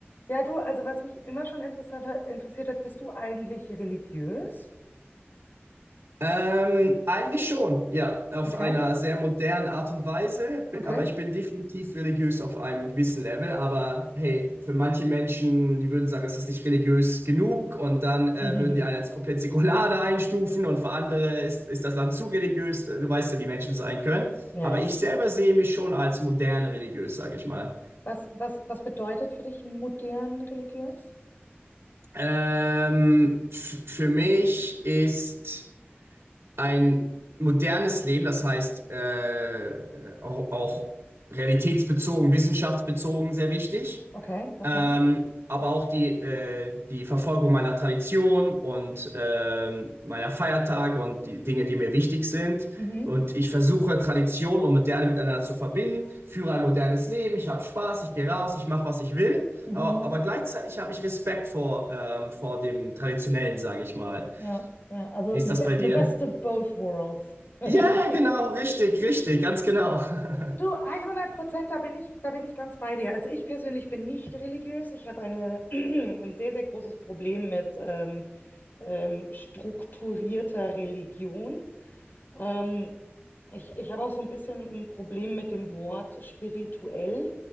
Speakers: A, on the left; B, on the right.
A: Ja, du, also was mich immer schon interessant hat, interessiert hat, bist du eigentlich religiös?
B: Ähm, eigentlich schon, ja, auf
A: Okay,
B: einer sehr modernen Art und Weise, B-
A: okay.
B: aber ich bin definitiv religiös auf einem gewissen Level, aber hey, für manche Menschen, die würden sagen, es ist nicht religiös genug und dann äh,
A: <laughs>
B: würden die einen als komplett säkular da einstufen und für andere ist, ist das dann zu religiös, du weißt ja, wie Menschen sein können,
A: Ja,
B: aber
A: ja.
B: ich selber sehe mich schon als modern religiös, sage ich mal.
A: Was, was, was bedeutet für dich modern religiös?
B: Ähm, f- für mich ist... ein modernes Leben, das heißt äh, äh, auch, auch realitätsbezogen, wissenschaftsbezogen, sehr wichtig.
A: Okay, okay.
B: Ähm, aber auch die, äh, die Verfolgung meiner Tradition und ähm, meiner Feiertage und die Dinge, die mir wichtig sind.
A: Mhm,
B: Und ich versuche Tradition und Moderne miteinander zu verbinden, führe ein modernes Leben, ich habe Spaß, ich gehe raus, ich mache, was ich will.
A: mhm.
B: Aber, aber gleichzeitig habe ich Respekt vor, ähm, vor dem Traditionellen, sage ich mal.
A: Ja, ja. Also
B: Wie ist
A: the,
B: das
A: be
B: bei
A: the
B: dir?
A: best of both worlds.
B: Ja,
A: <laughs>
B: ja, genau, richtig, richtig, ganz genau. <laughs>
A: Du, 100 Prozent, da bin ich, da bin ich ganz bei dir. Also ich persönlich bin nicht religiös. Ich habe eine, <clears throat> ein sehr, sehr großes Problem mit ähm, ähm, strukturierter Religion. Ähm, ich ich habe auch so ein bisschen ein Problem mit dem Wort spirituell,